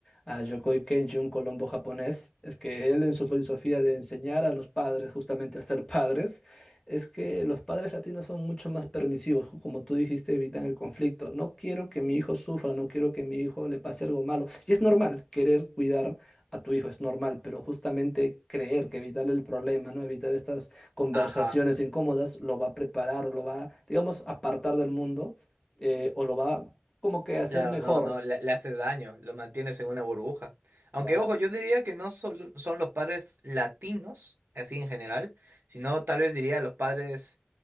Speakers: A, on the left; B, on the right.
A: a Yokoi Kenji, un colombo japonés, es que él en su filosofía de enseñar a los padres justamente a ser <laughs> padres, es que los padres latinos son mucho más permisivos, como tú dijiste, evitan el conflicto. No quiero que mi hijo sufra, no quiero que mi hijo le pase algo malo. Y es normal querer cuidar a tu hijo, es normal, pero justamente creer que evitarle el problema, ¿no? Evitar estas conversaciones
B: Ajá.
A: incómodas, lo va a preparar o lo va, digamos, apartar del mundo eh, o lo va como que hacer
B: Claro,
A: mejor,
B: no, no, le, le haces daño, lo mantienes en una burbuja.
A: claro.
B: Aunque, ojo, yo diría que no solo son los padres latinos, así en general, sino tal vez diría los padres